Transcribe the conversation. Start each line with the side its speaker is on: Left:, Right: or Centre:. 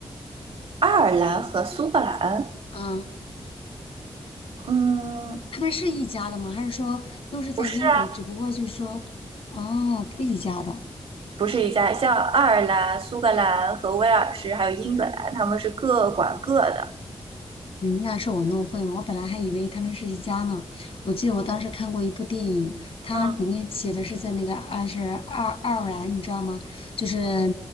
Right: 爱尔兰和苏格兰，
Left: 嗯。
Right: 嗯，
Left: 他们是一家的吗？还是说都是在英国？
Right: 不是啊，
Left: 只不过就是说，哦，不一家的。
Right: 不是一家，像爱尔兰、苏格兰和威尔士，还有英格兰，他们是各管各的。
Left: 你们那是我弄混了。我本来还以为他们是一家呢。我记得我当时看过一部电影，它里面写的是在那个二是爱爱尔兰，
Right: 嗯，
Left: 你知道吗？就是